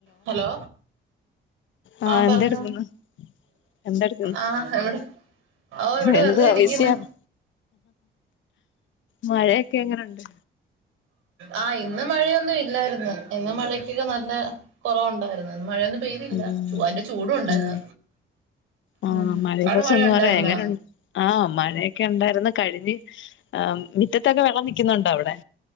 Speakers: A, on the right; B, on the left.
A: ഹലോ
B: ആഹ്
A: ആ
B: എന്തെടുക്കുന്നു
A: പറഞ്ഞോ
B: എന്തെടുക്കുന്നു
A: ആ ഇവിടെ ഓ ഇവിടെ
B: എന്തുവാ
A: വെറുതെ ഇരിക്ക്ന്ന്
B: ബിസിയാണോ മഴയൊക്കെ എങ്ങനൊണ്ട്
A: ആ ഇന്ന് മഴയൊന്നും ഇല്ലായിരുന്നു ഇന്ന് മഴക്കൊക്കെ നല്ല കൊറവുണ്ടാ മഴയൊന്നും പെയ്തില്ല
B: ഉം
A: ചുവ ഐന്റെ ചൂടുണ്ടായിര്ന്
B: ഉം ആഹ്
A: ഉം
B: മഴയെ
A: അവിടെ
B: കുറിച്ചൊന്ന്
A: മഴ ഉണ്ടായിര്നാ
B: പറയാ എങ്ങനുണ്ട് ആഹ് മഴയൊക്കെ ഉണ്ടായിരുന്നു കഴിഞ്ഞ് ആഈ മിറ്റത്തൊക്കെ വെള്ളം നൽക്കുന്നുണ്ടോ അവടെ